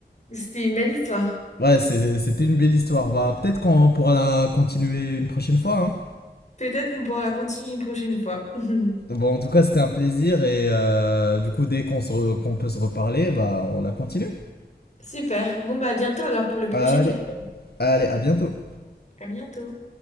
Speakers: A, on the left (about 40°); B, on the left (about 70°).
A: C'était une belle histoire.
B: Ouais, c'est- c'était une belle histoire. Bah, peut-être qu'on pourra la continuer une prochaine fois, hein.
A: Peut-être qu'on pourra la continuer une prochaine fois. <laughs>
B: Bon, en tout cas, c'était un plaisir et euh, du coup, dès qu'on se re- qu'on peut se reparler, bah, on la continue.
A: Super. Bon, bah, à bientôt alors pour le prochain
B: Allez,
A: épisode.
B: allez, à bientôt.
A: À bientôt.